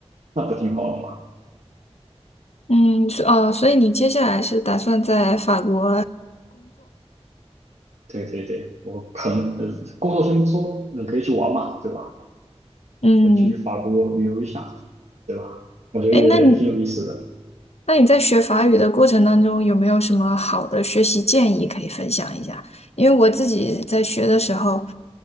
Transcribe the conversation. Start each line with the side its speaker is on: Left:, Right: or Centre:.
Right: 那不挺好的吗？
Left: 嗯，所哦，所以你接下来是打算在法国，
Right: 对对对，我可能呃，工作先不说，你可以去玩嘛，对吧？
Left: 嗯，
Right: 可以去法国旅游一下，对吧？我觉得也挺有意思的。
Left: 哎，那你那你在学法语的过程当中，有没有什么好的学习建议可以分享一下？因为我自己在学的时候，